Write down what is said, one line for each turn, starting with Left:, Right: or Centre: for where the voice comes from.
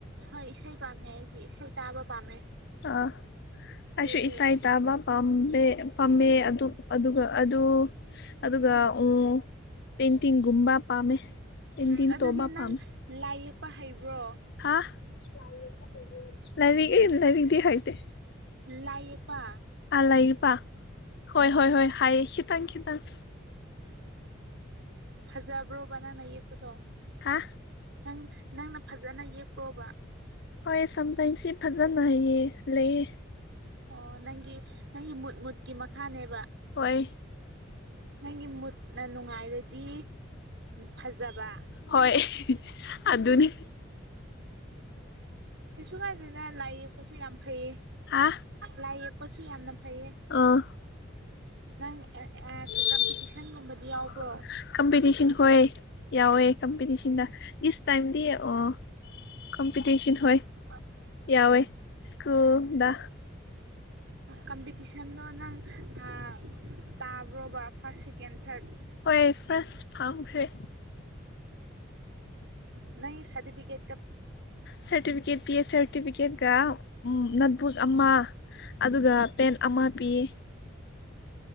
Right: ꯍꯣꯏ ꯏꯁꯩ ꯄꯥꯝꯃꯦ ꯑꯩꯗꯤ ꯏꯁꯩ ꯇꯥꯕ ꯄꯥꯝꯃꯦ
Left: ꯑꯥ ꯑꯩꯁꯨ
Right: ꯑꯗꯨ
Left: ꯏꯁꯩ ꯇꯥꯕ ꯄꯥꯝꯗꯦ ꯄꯥꯝꯃꯦ ꯑꯗꯨ ꯑꯗꯨꯒ ꯑꯗꯨ ꯑꯗꯨꯒ ꯎꯝ ꯄꯦꯟꯇꯤꯡꯒꯨꯝꯕ ꯄꯥꯝꯃꯦ ꯄꯦꯟꯇꯤꯡ
Right: ꯎꯝ ꯑꯗꯨꯗꯤ
Left: ꯇꯧꯕ
Right: ꯅꯪ
Left: ꯄꯥꯝꯃꯦ
Right: ꯂꯥꯏ ꯌꯦꯛꯄ ꯍꯩꯕ꯭ꯔꯣ
Left: ꯍꯥ ꯂꯥꯏ ꯌꯦꯛꯄ ꯍꯩꯕ꯭ꯔꯣ ꯂꯥꯏꯔꯤꯛ ꯂꯥꯏꯔꯤꯛꯇꯤ ꯍꯩꯇꯦ
Right: ꯂꯥꯏꯌꯦꯛꯄ
Left: ꯑꯥ ꯂꯥꯏ ꯌꯦꯛꯄ ꯍꯣꯏ ꯍꯣꯏ ꯍꯣꯏ ꯍꯩ ꯈꯤꯇꯪ ꯈꯤꯇꯪ
Right: ꯐꯖꯕ꯭ꯔꯣꯕ ꯅꯪꯅ ꯌꯦꯛꯄꯗꯣ
Left: ꯍꯥ
Right: ꯅꯪ ꯅꯪꯅ ꯐꯖꯅ ꯌꯦꯛꯄ꯭ꯔꯣꯕ
Left: ꯍꯣꯏ ꯁꯝꯇꯥꯏꯝꯁꯤ ꯐꯖꯅ ꯍꯩꯌꯦ ꯂꯩꯌꯦ
Right: ꯑꯣ ꯅꯪꯒꯤ ꯅꯪꯒꯤ ꯃꯨꯠ ꯃꯨꯠꯀꯤ ꯃꯈꯥꯅꯦꯕ
Left: ꯍꯣꯏ
Right: ꯅꯪꯒꯤ ꯃꯨꯠꯅ ꯅꯨꯡꯉꯥꯏꯔꯗꯤ ꯐꯖꯕ
Left: ꯍꯣꯏ ꯑꯗꯨꯅꯤ
Right: ꯀꯩꯁꯨꯀꯥꯏꯗꯦꯗ ꯂꯥꯏ ꯌꯦꯛꯄꯁꯨ ꯌꯥꯝ ꯐꯩꯌꯦ
Left: ꯍꯥ
Right: ꯂꯥꯏ ꯌꯦꯛꯄꯁꯨ ꯌꯥꯝꯅ ꯐꯩꯌꯦ
Left: ꯑꯥ
Right: ꯅꯪ
Left: <unintelligible>
Right: ꯀꯝꯄꯤꯇꯤꯁꯟꯒꯨꯝꯕꯗꯤ ꯌꯥꯎꯕ꯭ꯔꯣ
Left: ꯀꯝꯄꯤꯇꯤꯁꯟ ꯍꯣꯏ ꯌꯥꯎꯋꯦ ꯀꯝꯄꯤꯇꯤꯁꯟꯗ ꯏꯁꯇꯥꯝꯗꯤ ꯑꯥ ꯀꯝꯄꯤꯇꯤꯁꯟ ꯍꯣꯏ
Right: <unintelligible>
Left: ꯌꯥꯎꯋꯦ ꯁ꯭ꯀꯨꯜꯗ
Right: ꯀꯝꯄꯤꯇꯤꯁꯟꯗꯣ ꯅꯪ ꯑꯥ ꯇꯥꯕ꯭ꯔꯣꯕꯥ ꯐꯥꯔꯁ ꯁꯦꯀꯦꯟ ꯊꯔꯠ
Left: ꯍꯣꯏ ꯐꯥꯔꯁ ꯐꯪꯈ꯭ꯔꯦ
Right: ꯅꯪꯒꯤ ꯁꯥꯗꯤꯕꯤꯒꯦꯠ
Left: ꯁꯥꯔꯇꯤꯐꯤꯀꯦꯠ ꯄꯤ ꯁꯔꯇꯤꯐꯤꯀꯦꯠꯀ ꯎꯝ ꯅꯣꯠꯕꯨꯛ ꯑꯃ ꯑꯗꯨꯒ ꯄꯦꯟ ꯑꯃ ꯄꯤꯌꯦ